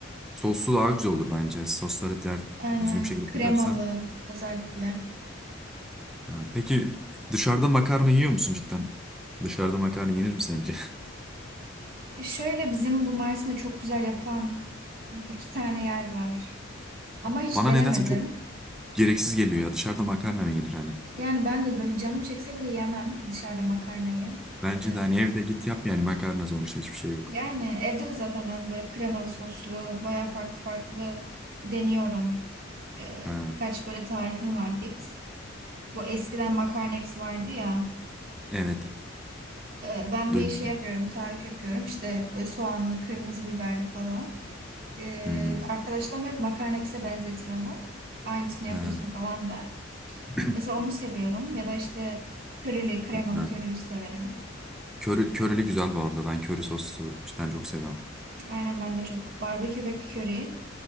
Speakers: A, in the centre; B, on the right (about 55°).
A: Soslu daha güzel olur bence. Sosları der,
B: Aynen
A: düzgün bir şekilde
B: kremalı
A: katarsan.
B: özellikle.
A: Ha, Peki dışarıda makarna yiyor musun cidden? Dışarıda makarna yenir mi sence?
B: E, Şöyle bizim bu Mersin'de çok güzel yapan iki tane yer var.
A: <laughs>
B: Ama hiç
A: Bana
B: denemedim.
A: nedense çok gereksiz geliyor ya. Dışarıda makarna mı yenir hani?
B: Yani ben de böyle canım çekse bile yemem dışarıda makarnayı.
A: Bence
B: Ee,
A: de hani evde git yap yani makarna sonuçta hiçbir şey yok.
B: yani evde de zaten ben böyle kremalı soslu baya farklı farklı deniyorum. Ee,
A: Ha,
B: birkaç böyle tarifim var fix. Bu eskiden Makarnex vardı ya.
A: evet.
B: Ee, ben
A: Duymuştum.
B: bir şey yapıyorum, tarif yapıyorum. İşte böyle soğanlı, kırmızı biberli falan. Ee,
A: Hmm,
B: arkadaşlarım hep Makarnex'e benzetir onu. Aynısını yapıyorsun
A: ha.
B: falan der.
A: <clears throat>
B: Mesela onu seviyorum. Ya da işte körili, kremalı
A: Güzel.
B: körili severim.
A: Köri, körili güzel bu arada. Ben köri soslu cidden çok seviyorum.
B: Aynen ben de çok. Barbekü ve köri